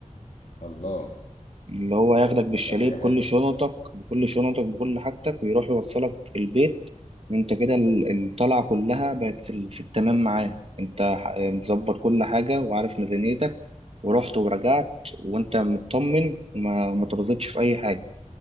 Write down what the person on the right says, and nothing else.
اللي هو ياخدك
بالشاليه
بكل
شنطك بكل شنطك بكل حاجتك ويروح يوصلك البيت وانت كده ال- الطلعة كلها بقت في, ال- في التمام معاه انت ح- مظبط كل حاجة وعارف ميزانيتك ورحت ورجعت وانت مطمن وما وما ترضتش في اي حاجة